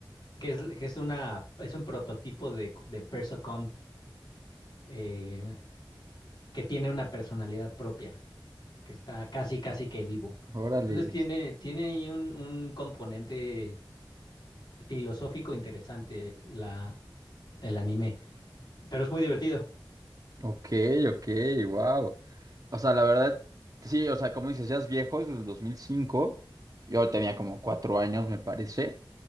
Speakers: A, on the left; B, on the right.
A: que es, que es una es un prototipo de de persocom eh, que tiene una personalidad propia, que está casi casi que vivo.
B: órale.
A: Entonces tiene tiene ahí un un componente filosófico interesante la el anime. Pero es muy divertido.
B: Ok, ok, wow. O sea, la verdad, sí, o sea, como dices, ya es viejo, es del dos mil cinco, Yo tenía como cuatro años, me parece.